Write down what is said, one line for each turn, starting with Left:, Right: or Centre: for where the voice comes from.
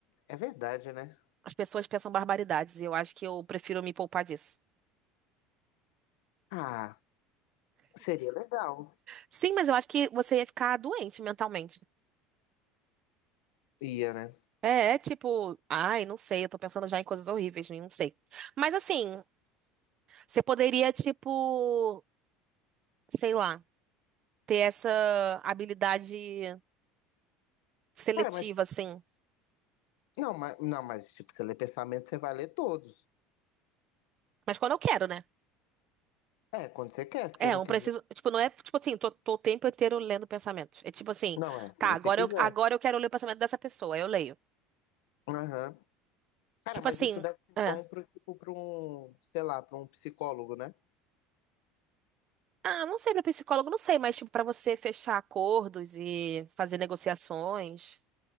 Left: é verdade, né?
Right: As pessoas pensam barbaridades e eu acho que eu prefiro me poupar disso.
Left: Ah, seria legal.
Right: Sim, mas eu acho que você ia ficar doente mentalmente.
Left: Ia, né?
Right: É, é tipo, ai, não sei, eu tô pensando já em coisas horríveis, não sei. Mas assim, você poderia, tipo, sei lá, ter essa habilidade seletiva,
Left: Cara, mas.
Right: assim.
Left: Não, mas, não, mas tipo, você lê pensamento, você vai ler todos.
Right: Mas quando eu quero, né?
Left: É, quando você quer, se
Right: É,
Left: você não
Right: eu não
Left: quiser.
Right: preciso. Tipo, não é tipo assim, tô, tô o tempo inteiro lendo pensamentos. É tipo assim,
Left: Não, é,
Right: tá,
Left: se você
Right: agora
Left: quiser.
Right: eu, agora eu quero ler o pensamento dessa pessoa, aí eu leio.
Left: Aham. Cara,
Right: Tipo
Left: mas
Right: assim,
Left: isso deve ser
Right: é.
Left: bom pro, tipo, pra um, sei lá, pra um psicólogo, né?
Right: Ah, não sei, pra psicólogo, não sei, mas tipo, pra você fechar acordos e fazer negociações.